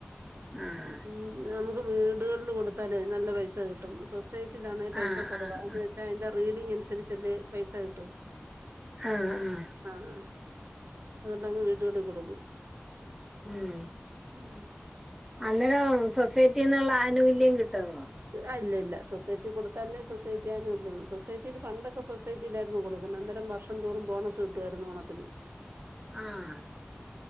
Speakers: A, in the centre; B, on the right.
A: ആഹ്
B: മ്മ് നമുക്ക് വീടുകളിൽ കൊടുത്താലേ നല്ല പൈസ കിട്ടും സൊസൈറ്റിലാണെ പൈസ
A: ആഹ്
B: കൊറവ
A: ആഹ്
B: എന്ന് വെച്ചാൽ അതിന്റെ റീഡിങ്ങ് അനുസരിച്ചല്ലേ പൈസ കിട്ടു
A: ആഹ് ആഹ്
B: ആഹ് അത്ണ്ടെങ്കിൽ വീട്ടുകളിൽ കൊടുക്കും
A: ഉം
B: ഉം
A: അന്നേരം സൊസൈറ്റിന്നുള്ള ആനുകൂല്യം കിട്ടുമോ
B: ആഹ് ഇ ല്ല ഇല്ല സൊസൈറ്റി കൊടുത്താലല്ലേ സൊസൈറ്റി ആനുകൂല്യം സൊസൈറ്റിൽ പണ്ടൊക്കെ സൊസൈറ്റിയിലായിരുന്നു കൊടുക്കുന്നത് അന്നരം വർഷം ഷം തോറും ബോണസ് കിട്ടുമായിരുന്നു ഓണ ത്തിന്
A: ആഹ്